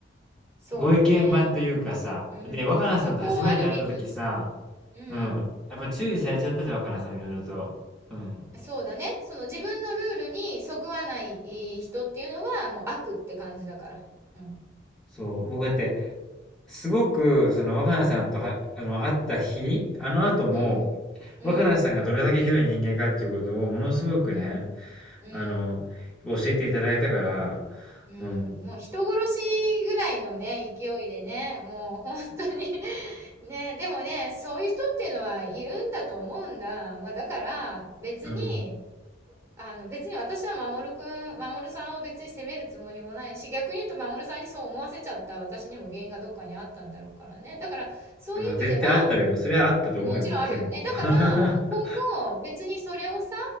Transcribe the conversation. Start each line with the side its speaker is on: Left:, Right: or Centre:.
Right: そうだね。
Centre: ご意見番というかさ、
Right: うん。
Centre: で、若菜さんと初めて会った時さ、
Right: もうこうあるべき。うん。
Centre: うん、やっぱ注意されちゃったじゃん、若菜さんいろいろと。うん。
Right: そうだね。その自分のルールにそぐわないえー人っていうのはもう悪って感じだから。うん。
Centre: そう、僕だって、すごくその若菜さんとはあの、会った日、あの後も
Right: うん。うん、
Centre: 若菜さんがどれだけひどい人間かっていうことをものすごくね、
Right: うん、うん、
Centre: あの、教えていただいたから、
Right: うん、
Centre: うん、
Right: もう人殺しぐらいのね、勢いでね、もう本当に <laughs> ね、でもね、そういう人っていうのはいるんだと思うんだ。まあだから別に、
Centre: うん。
Right: あの別に私は守くん、守さんを別に責めるつもりもないし、逆に言うと守さんにそう思わせちゃった私にも原因がどっかにあったんだろうからね。だからそういう意味では、
Centre: まあ、絶対あったよ。それはあったと思うよ、
Right: もちろんあるよね。
Centre: もちろん。
Right: だから、
Centre: <laughs>
Right: 今後別にそれをさ、